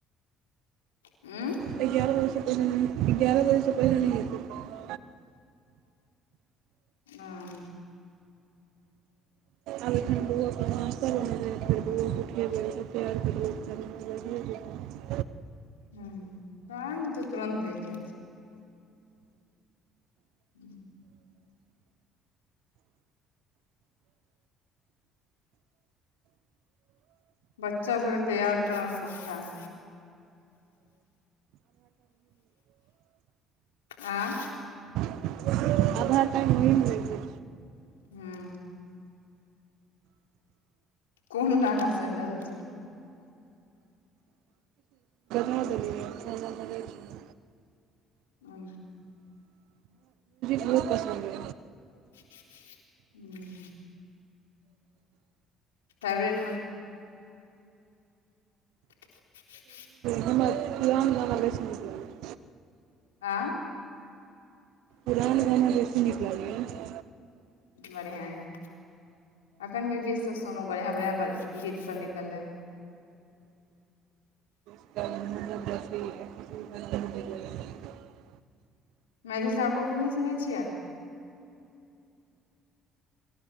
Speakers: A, on the left (about 80°); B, on the right (about 65°).
A: उूँ।
B: एगारह बजस पहिले एगारह बजसँ पहिले नहि उठते।
A: हु।
B: आब एखन बौआके नास्ता बनैबै, तऽ फेर बौओ के उठियएबै, फेर तेयार करबे, फेर नो बजइ जेतै।
A: हाँ, टाइम तऽ तुरंत बज जाइ छैय। हूँ। बच्चा सबके तैयार करामे बहुत टाइम <inaudible> आँ
B: आधा टाइम होइ मे ओही मे लग जे छैय।
A: हुँ। कुन गाना सुन रहल छीय।
B: द देलियै है अपन गाना बजै छै। <unintelligible>
A: आ।
B: खुब पसन्द
A: <unintelligible> फेवरेट <unintelligible>
B: हमरा पुरान गाना बेसी नीक लागैयै।
A: आँ
B: पुरान गाना बेसी नीक लागैएा
A: बढ़िआ ये। एखनके गीतसभ सुनू बढ़िआँ बढ़िआँ ब गीतसभ निकललै है।
B: <unintelligible>
A: मैथिली ठाकुरके नहि सुनै छियै।